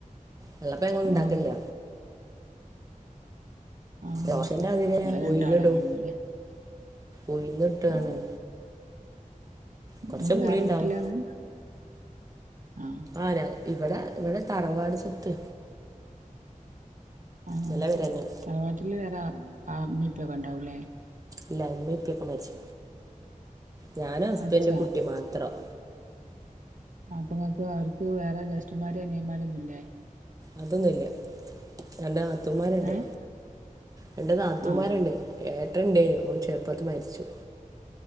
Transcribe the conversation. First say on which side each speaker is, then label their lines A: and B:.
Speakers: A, on the right; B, on the right.
A: വെള്ളേപ്പ ങ്ങ ഉണ്ടാക്കണില്ല
B: മാവ് ആഹ്
A: ദോശേന്റെ
B: ശരി
A: അതിന്
B: നിങ്ങള് രണ്ടാളല്ലേ
A: ഉയിന്നിടും
B: ഉള്ളൂല്ലേ
A: ഉയിന്നിട്ടാണേ
B: ആഹ്
A: കൊറച്ച്
B: നിങ്ങള്
A: പുളിയുണ്ടാവും
B: വേറെ വീട്ടിലാണ് ആഹ്
A: ആരാ ഇവിടെ ഇവിടെ തറവാട് സ്വത്ത്
B: ആഹ്
A: നല്ല വരെ
B: ശരി
A: തന്നെ
B: തറവാറ്റില് വേറെ അമ്മീപ്പൊക്കെ ഉണ്ടാവൂല്ലേ?
A: ഇല്ല. ഇമ്മി ഇപ്പി ക്കെ മരിച്ചു ഞാനും ഹസ്ബന്റും
B: മരിച്ച
A: കുട്ടി മാത്രം.
B: ആപ്പങ്ങക്ക് അവർക്ക് വേറെ ജേഷ്ഠന്മാര അനിയന്മാരൊന്നുംല്ലേ?
A: അതൊന്നുല്ല രണ്ട് നാത്തുമാരുണ്ട്
B: ഏഹ്
A: രണ്ട് നാത്തൂമാരുണ്ട്.
B: ആഹ്
A: ഏട്ട ണ്ടെനീ ഓന് ചെറുപ്പത്ത് മരിച്ചു.